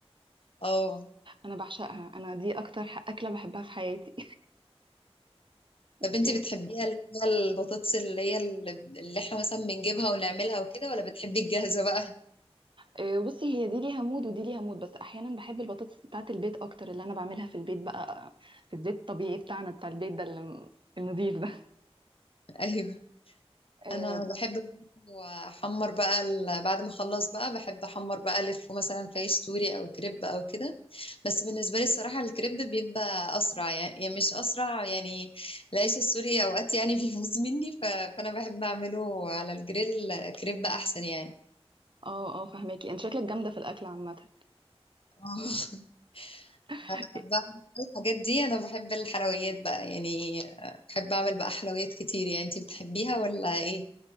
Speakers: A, on the left; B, on the right.
A: اه
B: أنا بعشقها أنا دي أكتر ح- أكلة بحبها في حياتي <laughs>
A: طب انت بتحبيها اللي هي البطاطس اللي هي اللي احنا مثلا بنجيبها ونعملها وكده ولا بتحبي الجاهزة بقى
B: آه، بصي هي دي ليها مود ودي ليها مود بس احيانا بحب البطاطس بتاعت البيت اكتر اللي انا بعملها في البيت بقى في الزيت الطبيعي بتاعنا بتاع البيت ده اللي- النضيف ده
A: <laughs> ايوه
B: اه
A: انا بحب احمر بقى ال- بعد ما اخلص بقى بحب احمر بقى الف مثلا في عيش سوري او كريب او كده بس بالنسبة لي الصراحة الكريب بيبقى اسرع يعني يعني مش اسرع يعني العيش السوري اوقات يعني <laughs> بيفوز مني ف... فانا بحب اعمله على الجريل كريب احسن يعني
B: اه آه، فهماكي انت شكلك جامده في الاكل عامه
A: <laughs> آه.
B: <laughs>
A: بعد الحاجات دي انا بحب الحلويات بقى يعني آه، بحب اعمل بقى حلويات كتير يعني انتي بتحبيها ولا ايه